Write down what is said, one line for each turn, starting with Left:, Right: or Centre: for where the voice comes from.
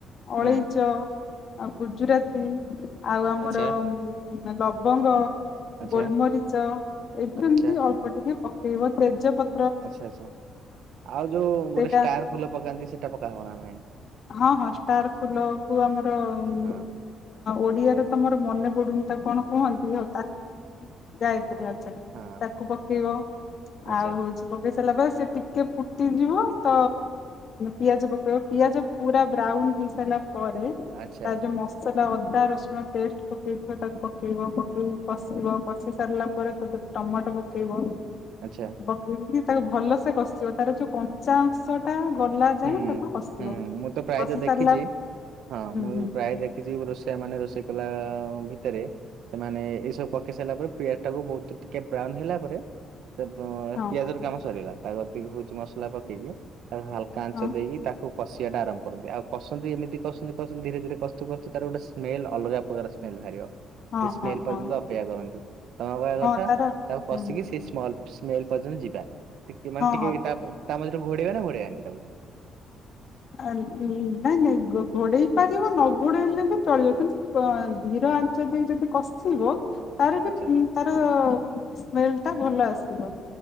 Left: ଅଳେଇଚ
Right: ହୁଁ
Left: ଆଉ ଗୁଜୁରାତି। ଆଉ ଆମର-ଅ
Right: ଆଚ୍ଛା
Left: ଉମ୍ ଲବଙ୍ଗ,
Right: ଆଚ୍ଛା
Left: ଗୋଲମରିଚ ଏଇଥିରୁ
Right: ଆଚ୍ଛା
Left: ଏମତି ଅଳ୍ପ ଟିକେ ପକେଇବ। ତେଜପତ୍
Right: ଆଚ୍ଛା ଆଚ୍ଛା, ଆଉ ଯୋଉ
Left: ସେଇଟା
Right: ଗୋଟେ ଷ୍ଟାର ଫୁଲ ପକାନ୍ତି ସେଟା ପକା ହବ ନା ନାଇଁ?
Left: ହଁ ହଁ ଷ୍ଟାର ଫୁଲ କୁ ଆମର ଉମ୍
Right: ହଁ
Left: ଓଡିଆର ତମର ମନେ ପଡୁନି ତାକୁ କଣ କୁହନ୍ତି? ହଉ ତା ଗାୟତ୍ରୀ ଆଚା
Right: ହଁ
Left: ତାକୁପ <unintelligible>
Right: ଆଚ୍ଛା
Left: ଆଉ ହଉଛି ପକେଇ ସାରିଲା ପରେ ସେ ଟିକେ ଫୁଟିଯିବ, ହ ତ ପିଆଜ ପକେଇବ, ପିଆଜ ପୁରା ବ୍ରାଉନ ହେଇସାଇଲା ତ ପରେ
Right: ଆଚ୍ଛା
Left: ତା ଯୋଉ ମସଲା ଅଦା ରସୁଣ ପେଷ୍ଟ ପକେଇଥିବ ତାକୁ ପକେଇବ। ପ କଷିବ,
Right: ହଁ
Left: କଷି ସାରିଲା ପରେ ତ ଟମାଟୋ ପକେଇବ
Right: ଆଚ୍ଛା
Left: ପକେଇକି ତାକୁ ଭଲ ସେ କଷିବ ତାର ଯୋଉ କଞ୍ଚା ଅଂଶ ଟା ଗଲା ଯାଏ
Right: ହୁଁ
Left: ତାକୁ
Right: ହୁଁ,
Left: କଷିବ
Right: ମୁଁ ତ ପ୍ରାୟତଃ
Left: କଷି
Right: ଦେଖିଛି
Left: ସାରିଲା
Right: ହଁ,
Left: ହୁଁ
Right: ମୁଁ
Left: ହୁଁ
Right: ପ୍ରାୟ ଦେଖିଛି, ରୋଷେଇଆ ମାନେ ରୋଷେଇ କଲା ଭି ତରେ ସେମାନେ ଏ ସବୁ ପକେଇ ସାଇଲା ପରେ ପିଆଜ ଟାକୁ ବହୁତ ଟିକେ ବ୍ରାଉନ ହେଲା ପରେ ସେ ପଁ
Left: ହଁ
Right: ପିଆଜର କାମ ସରିଗଲା। ତା କତିକିହଉଛି ରୁଚି ମସଲା ପକେଇକି ତାକୁ ହାଲ କାଞ୍ଚ
Left: ହଁ
Right: ଦେଇକି ତାକୁ କଷିବାଟା ଆରମ୍ଭ କରନ୍ତି। ଆଉ କଷନ୍ତି, ଏମିତି କଷନ୍ତି, କଷନ୍ତି ଧୀରେ ଧୀରେ କଷୁଥିବ, କଷୁଥିବ, କଷଥିବ ତାର ଗୋଟେ ସ୍ମେଲ ଅଲଗା ପ୍ରକାର ସ୍ମେଲ ବାହାରିବ।
Left: ହଁ
Right: ସେ ସ୍ମେଲ
Left: ହଁ
Right: ପର୍ଯ୍ୟନ୍ତ
Left: ହଁ
Right: ଅପେକ୍ଷା କରନ୍ତୁ, ତମ କହିବା
Left: ହଁ
Right: କଥା
Left: ତାର
Right: ତାକୁ କସିକି
Left: ହୁଁ
Right: ସେଇ ସ୍ମଲ ସ୍ମେଲ ପର୍ଯ୍ୟନ୍ତ ଯିବା। ଟିକେ ମାନେ
Left: ହଁ
Right: ଟିକେ
Left: ହଁ
Right: ତା ତା ମଝିରେ ଘୋଡେଇବା ନା ଘୋଡେଇବାନି ତାକୁ?
Left: ଆ ନାଇଁ ନାଇଁ ଘୋ-ଘୋଡେଇ ପାରିବ ନ ଘୋଡେଇଲେ ବି ଚଳିବ। କିନ୍ତୁ ଅଁ ଧୀର ଆଞ୍ଚ ଦେଇ ଯଦି କଷିବ! ତାର ବି
Right: ଆଚ୍ଛା
Left: ଇମ୍ ତାର ସ୍ମେଲ ଟା ଭଲ ଆସିବ।